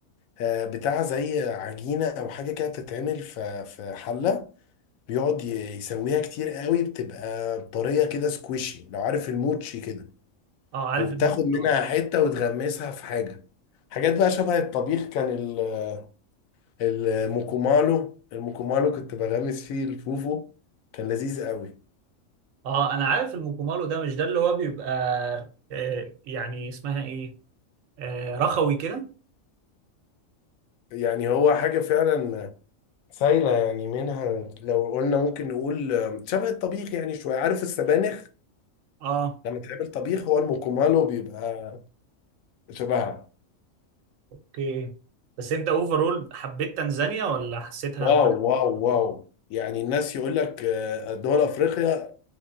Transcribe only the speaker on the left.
آه، بتاع زي عجينة أو حاجة كده بتتعمل في في حلة بيقعد ي- يسويها كتير قوي بتبقى طرية كده سكويشي لو عارف الموتشي كده
وبتاخد
منها
حتة وتغمسها في حاجة حاجات بقى شبه الطبيخ كان ال- الموكومالو الموكومالو كنت بغمس فيه الفوفو كان لذيذ قوي
يعني هو حاجة فعلا سايلة يعني منها لو قلنا ممكن نقول شبه الطبيخ يعني شوية عارف السبانخ
لما تعمل طبيخ هو الموكومالو بيبقى شبهها
واو واو واو يعني الناس يقول لك آه، دول افريقيا